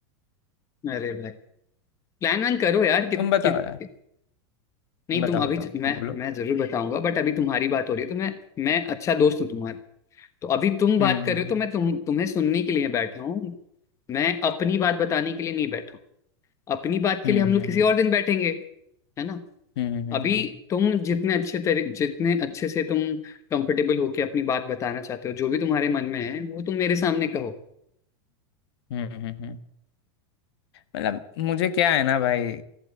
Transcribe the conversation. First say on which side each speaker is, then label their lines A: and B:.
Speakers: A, on the left; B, on the left.
A: अरे भाई प्लान वैन करो यार कि,
B: तुम
A: कि
B: बताओ
A: कि
B: यार
A: नहीं तुम
B: बताओ
A: अभी
B: बताओ
A: ज- मैं
B: बोलो
A: मैं जरूर बताऊंगा बट अभी तुम्हारी बात हो रही है तो मैं मैं अच्छा दोस्त हूँ तुम्हारा तो अभी तुम बात
B: हम्म
A: कर
B: हम्म
A: रहे हो तो मैं तुम तुम्हें सुनने के लिए बैठा हूँ मैं अपनी बात बताने के लिए नहीं बैठा हूँ अपनी बात के
B: हम्म
A: लिए हम लोग
B: हम्म
A: किसी और दिन बैठेंगे है ना
B: हम्म हम्म
A: अभी
B: हम्म
A: तुम जितने अच्छे तरी जितने अच्छे से तुम कंफर्टेबल होके अपनी बात बताना चाहते हो जो भी तुम्हारे मन में है वो तुम मेरे सामने कहो
B: हम्म, हम्म, हम्म, हम्म। मतलब मुझे क्या है ना भाई